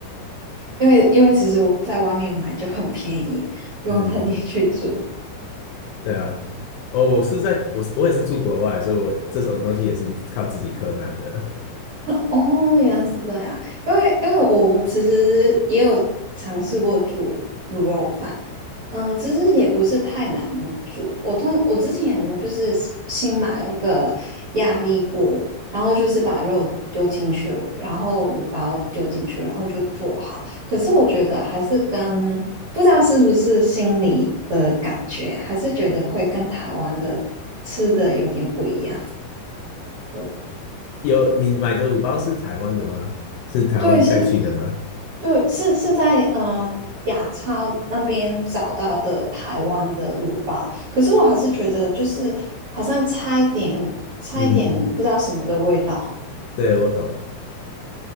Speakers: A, on the right; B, on the left.
A: 因为因为其实我在外面买就很便宜，不用特地去煮。
B: 嗯，对啊，哦，我是在我我也是住国外，所以我这种东西也是靠自己克难的。
A: 哦，原来是这样。因为因为我其实也有尝试过煮卤肉饭，嗯、其实也不是太难煮。我通我之前就是新买了一个压力锅，然后就是把肉丢进去，然后卤包丢进去，然后就做好。可是我觉得还是跟不知道是不是心里的感觉，还是觉得会跟台湾的吃的有点不一样。对，
B: <laughs> 有你买的卤包是台湾的吗？是台湾带去的吗？
A: 对，是对，是是在嗯、雅超那边找到的台湾的卤包，可是我还是觉得就是好像差一点，差一点不知道什么的味道。
B: 嗯，对，我懂。